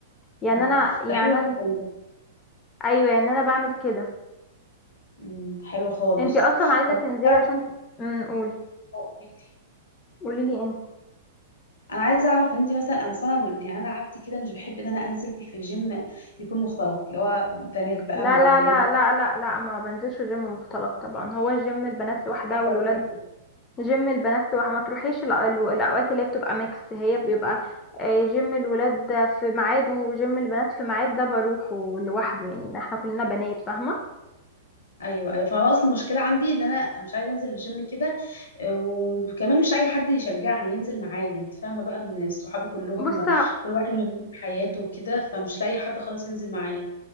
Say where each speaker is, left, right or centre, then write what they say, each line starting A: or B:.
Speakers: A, on the left; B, on the left.
A: يعني
B: مم.
A: انا يعني
B: ده حلو
A: انا
B: جدا ده
A: ايوه يعني انا بعمل كده
B: مم. حلو خالص
A: انتي اصلا عايزه
B: طب
A: تنزلي
B: إنت
A: عشان
B: بقى
A: امم قولي
B: قوليلي،
A: قولي لي انت
B: انا عايزه اعرف انت مثلا انا سنه من يعني انا عادتي كده مش بحب ان انا انزل في الجيم يكون مختلط اللي هو بنات بقى
A: لا
B: مع
A: لا
B: اولاد
A: لا
B: وكده.
A: لا لا لا ما بنزلش جيم مختلط طبعا هو الجيم البنات
B: أنا
A: لوحدها
B: مش حابه
A: والولاد
B: ان انا كده
A: جيم البنات لوحدها ما تروحيش الأ- الو- الاوقات اللي هي بتبقى ميكس هي بيبقى آه، جيم الولاد ده في ميعاد وجيم البنات في ميعاد ده بروحه لوحده يعني احنا كلنا بنات فاهمه
B: ايوه ايوه فهو اصل المشكله عندي ان انا مش عايزه انزل الجيم كده آه، وكمان مش اي حد يشجعني ينزل معايا انت فاهمه بقى ان صحابي كلهم
A: بص
B: كل واحد مشغول بحياته وكده فمش لاقي حد خالص ينزل معايا